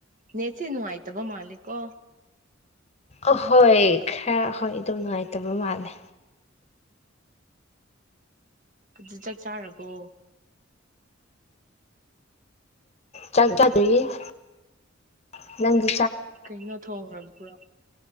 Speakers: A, on the right (about 40°); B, on the left (about 35°).
A: ꯅꯦꯠꯁꯦ ꯅꯨꯡꯉꯥꯢꯇꯕ ꯃꯥꯂꯦꯀꯣ꯫
B: ꯑꯍꯣꯏ ꯈꯔ ꯍꯣꯏ ꯑꯗꯨ ꯅꯨꯡꯉꯥꯏꯇꯕ ꯃꯥꯜꯂꯦ꯫
A: ꯑꯗꯨ ꯆꯥꯛ ꯆꯥꯔꯕꯣ?
B: ꯆꯥꯛ ꯆꯥꯗ꯭ꯔꯤꯌꯦ꯫ꯅꯪꯗꯤ
A: ꯀꯩꯅꯣ ꯊꯣꯡꯔꯝ ꯕ꯭ꯔꯣ?